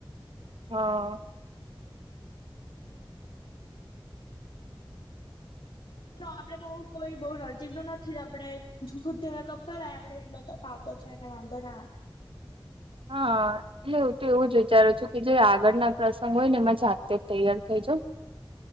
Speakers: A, on the right; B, on the left.
A: હા
B: ના આપડે બઉ કોઈ બઉ નજીક તો નથી આપડે જુહુકપ કરાયા આપડે એટલો તફાવ તેને વાંધો ના આવે
A: <inaudible> હા એટલે હું તો એવું જ વિચારું છું કે જે આગળના પ્રસંગ હોય ને એમાં જાતે જ તૈયાર થઈ